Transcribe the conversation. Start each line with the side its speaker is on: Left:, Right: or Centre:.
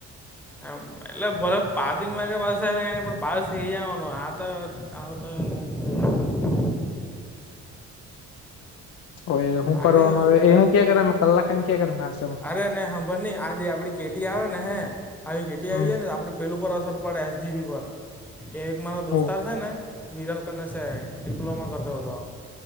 Centre: એમ એટલે ભલે પાસિંગ <unintelligible> પણ પાસ થઈ જવાનું આ તો સાવ તો. મજા
Left: કોઈ
Centre: આવે
Left: શું
Centre: લાગે
Left: કરવાનું
Centre: એવું યાર
Left: એ હું કે ક્યાં કલાક એમ ક્યાંય <unintelligible>
Centre: અરે નઈ હંભર નહી આજે આપડી કેટી આવે ને હે આવી કેટી
Left: હમ
Centre: આવી જાય ને આપડ પેલું પર અસર પડે એસજીબી પર એ એક મારો દોસ્તાર
Left: હું
Centre: છે ને. વિરલ કનેસે ડિપ્લોમા કરતો હતો,